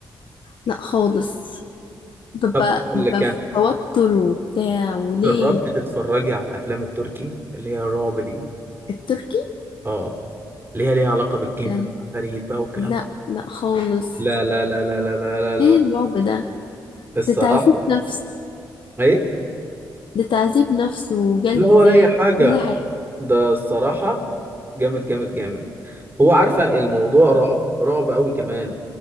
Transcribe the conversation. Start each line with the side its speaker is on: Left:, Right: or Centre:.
Left: لا خالص ببقى
Right: طب اقول
Left: ببقى
Right: لك يعني
Left: في توتر وبتاع وليه
Right: جربت تتفرجي على الافلام التركي اللي هي الرعب دي
Left: التركي
Right: اه اللي هي ليها علاقه بالجن
Left: آه،
Right: فريد بقى والكلام
Left: لا
Right: ده
Left: لا خالص
Right: لا لا لا لا لا لا لا لا.
Left: ايه الرعب ده
Right: الصراحه
Left: ده تعذيب نفس
Right: ايه
Left: ده تعذيب نفس وجلد
Right: لا ولا
Left: ذات
Right: اي حاجه
Left: وكل حاجة
Right: ده الصراحه جامد جامد جامد هو عارفه الموضوع رعب رعب قوي كمان